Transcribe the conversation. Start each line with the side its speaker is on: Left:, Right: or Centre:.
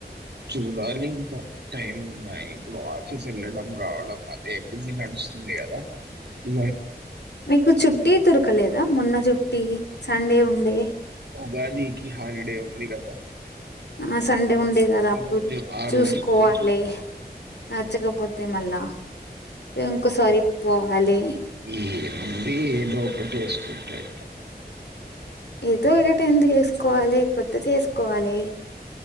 Right: చూడాలి ఇంకా టైం ఉన్నాయి ఇప్పుడు ఆఫీస్ వెళ్ళడం రావడం అదే ఎబ్బింది నడుస్తు ంది కదా ఇ
Left: మీకు చుట్టటి దొరకలేదా మొన్న చుట్టి సండే ఉండే
Right: ఉగాది కి హాలిడే ఉంది కదా
Left: ఆ సండే ఉండే కదా
Right: ఆ
Left: అప్పుడు
Right: రోజు ఆ
Left: చూసుకోవాలి
Right: రోజు పోయి చూడాలి
Left: నచ్చకపోతే అతే మళ్ళా ఇంకోసారి పోవాలి
Right: ఏ మంది ఏదో ఒకటి వేసుకుంటాయి
Left: ఏదో ఒకట ఎందుకు వేసుకోవాలి కొత్తది వసుకోవాలి